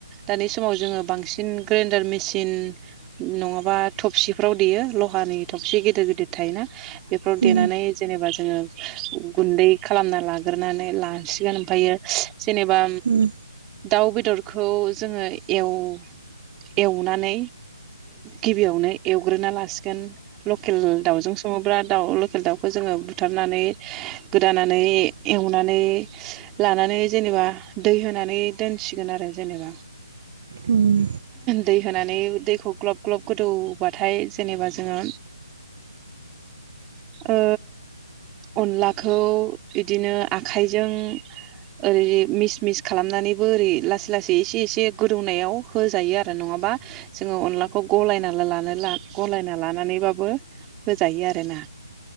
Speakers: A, on the right; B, on the right.
A: दानि समाव जोङो बांसिन ग्रेन्डार मेसिन नङाबा थबसिफ्राव देयो । लहानि थबसि गिदिर गिदिर थायोना बेफोराव
B: उम
A: देनानै जेनेबा जोङो गुन्दै खालामना लाग्रोनै लासिगोन ओमफ्रायो जेनेबा
B: उम
A: दाउ बेदरखौ जोङो एव एवनानै गिबियावनो एवग्रोना लासिगोन । लकेल दाउजों सङो बिराद दा लकेल दाउखौ जोङो बुथारनानै गोदानानै एवनानै लानानै जेनेबा दै होनानै दोनसिगोन आरो जेनेबा
B: ओम।
A: दै होनानै दैखौ ग्ल'ब ग्ल'ब गोदौबाथाय जेनेबा जोङो ओ अनलाखौ बिदिनो आखाइजों ओरै मिस मिस खालामनानैबो ओरै लासै लासै सिलासे एसे एसे गोदौनायाव होजायो आरो नङाबा जोङो अनलाखौ गलायना लानो ला गलायना लानानैबाबो होजायो आरोना